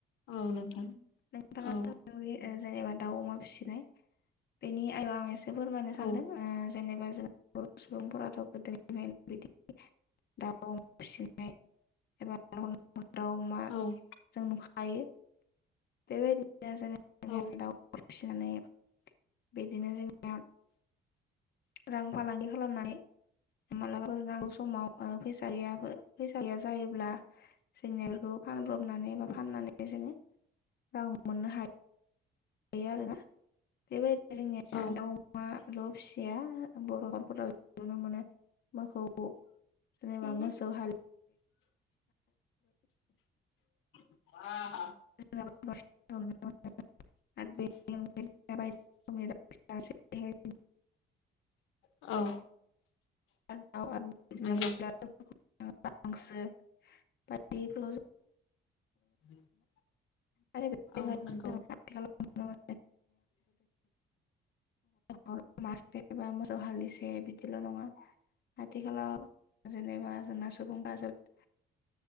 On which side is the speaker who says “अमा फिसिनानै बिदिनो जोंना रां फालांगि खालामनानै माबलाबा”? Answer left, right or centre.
Left